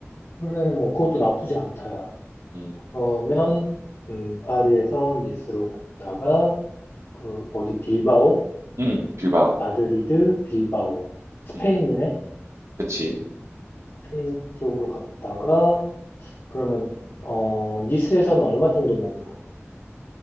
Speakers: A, on the left; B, on the right.
A: 그래, 뭐, 그것도 나쁘지 않다야.
B: 음,
A: 그러면, 음, 파리에서 니스로 갔다가, 그, 어디, 빌바오?
B: 음, 빌바오.
A: 마드리드, 빌바오. 스페인이네?
B: 음, 그치.
A: 스페인 쪽으로 갔다가, 그러면 어 니스에서는 얼마 정도 머물 건데?